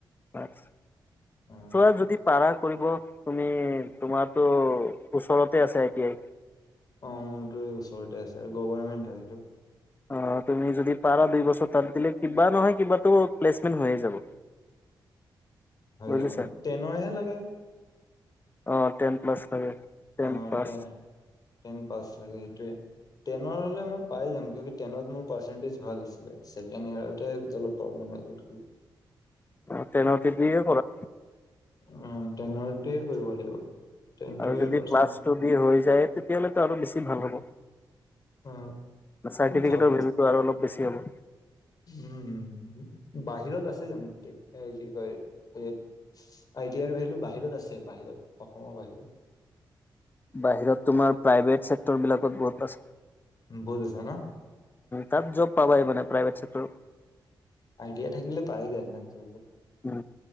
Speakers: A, on the left (about 25°); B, on the left (about 50°).
A: হয়‌ তই
B: অ',
A: আৰু জয়দ্বীপ। পাৰা কৰিব তুমি তোমাতো ওচৰতে আছে আই টি আই।
B: অ মোৰতো এই ওচৰতে আছে আৰু গভাৰমেণ্ট হয় এইটো।
A: অ তুমি যদি পাৰা দুই বছৰ তাত দিলে কিবা নহয় কিবাটো প্লেচমেণ্ট হৈয়ে যাব। <unintelligible>
B: হৈ
A: বুজিছা।
B: যাব ন টেনৰহে লাগে।
A: অৱ টেন প্লাছ লাগে, টেন
B: অ
A: পাছ।
B: টে টেন পাছ লাগে সেইটোৱে। টেনৰ হ'লে মই পাই যাম কিয় টেনত মোৰ পাৰ্চেণ্টেজ ভাল আছিলে, ছেকেণ্ড ইয়াৰতে অলপ প্ৰব্লেম হৈ গ'ল কি?
A: অ তেনতি এ কৰা।
B: অ তেনৰটিয়ে কৰিব লাগিব। টেনটো
A: আৰু যদি
B: পাৰ্চেণ্ট
A: ক্লাছ টু দি হৈ যায় তেতিয়াহ'লে আৰু বেছি ভাল হ'ব।
B: অ
A: চাৰ্টিফিকেটৰ
B: ভাল
A: ভেলুটো আৰু অলপ বেছি হ'ব।
B: উম বাহিৰত আছে জানো, যেনো ঠিক এ কি কয় আই টি আৰ ভেলু বাহিৰত আছে বাহিৰত অসমৰ বাহিৰত?
A: বাহিৰত তোমাৰ প্ৰাইভেট চেক্টৰ বিলাকত বহুত আছে।
B: বহুত আছে ন।
A: তাত জব পাবাই মানে প্ৰাইভেট চেক্টৰত।
B: আই টি আই থাকিলে পাই যায় আৰামচে।
A: উম